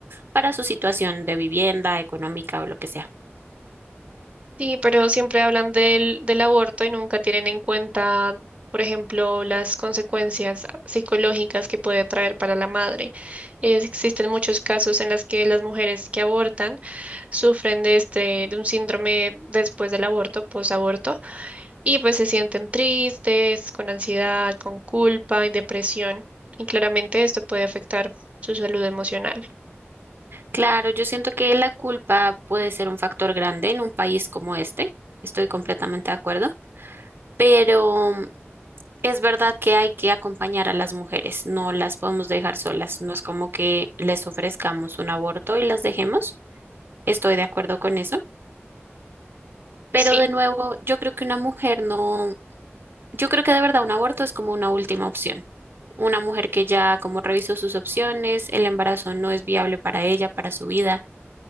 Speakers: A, on the right; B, on the right.
A: para su situación de vivienda, económica o lo que sea.
B: Sí, pero siempre hablan del, del aborto y nunca tienen en cuenta, por ejemplo, las consecuencias psicológicas que puede traer para la madre. Es- existen muchos casos en los que las mujeres que abortan sufren de este, de un síndrome después del aborto, posaborto, y pues se sienten tristes, con ansiedad, con culpa y depresión. Y claramente esto puede afectar su salud emocional.
A: Claro, yo siento que la culpa puede ser un factor grande en un país como este, estoy completamente de acuerdo, pero mm, es verdad que hay que acompañar a las mujeres, no las podemos dejar solas, no es como que les ofrezcamos un aborto y las dejemos, estoy de acuerdo con eso, pero
B: Sí.
A: de nuevo, yo creo que una mujer no, yo creo que de verdad un aborto es como una última opción. Una mujer que ya como revisó sus opciones, el embarazo no es viable para ella, para su vida